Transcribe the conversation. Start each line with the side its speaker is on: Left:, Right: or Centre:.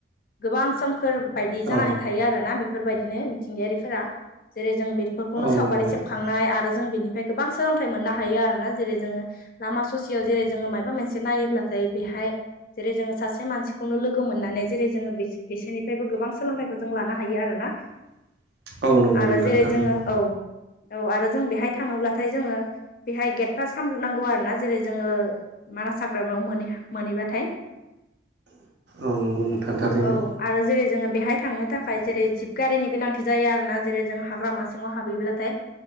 Left: गोबां सोम खोर बायदि जानानै
Right: औ
Left: थायो आरोना बेफोरबायदिनो मिथिंगायारिफोरा जेरै जों बे फोरखौनो
Right: औ
Left: सावगारि
Right: नंगौ नोंथां
Left: सेबखांनाय आरो जों बिनिफ्राय गोबां सोलोंथाइ मोननो हायो आरोना जेरै जोङो लामा ससेयाव जेरै जोङो मायबा मोनसे नायोब्लाथाय बेहाय जेरै जोङो सासे मानसिखौनो लोगो मोननानै जेरै जोङो बि-बिसोरनिफ्रायबो गोबां सोलोंथाइखौ जों लानो हायो आरोना।
Right: <inaudible> नंगौ
Left: आरो
Right: नोंथां
Left: जेरै
Right: थारैनो
Left: जोङो औ औ आरो जों बेहाय थाङोब्लाथाय जोङो बेहाय ग्रेटफास्ट खालामग्रोनां गौ आरो ना जेरै जोङो मानास हाग्रामायाव मोन मोनहैबाथाय
Right: औ नंगौ नोंथां थारैनो
Left: औ आरो जेरै जोङो बेहाय थांनो थाखाय जेरै जिबगारिनि गोनांथि जायो आरोना जेरै जों हाग्रामासिङाव हाबहैब्लाथाय